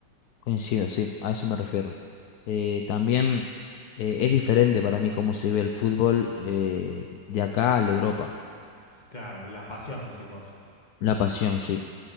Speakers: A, on the left (about 65°); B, on the left (about 25°).
A: Coincido, sí, a eso me refiero. Eh, también eh, es diferente para mí cómo se ve el fútbol eh, de acá a la Europa.
B: Claro, la pasión, decís vos.
A: La pasión, sí.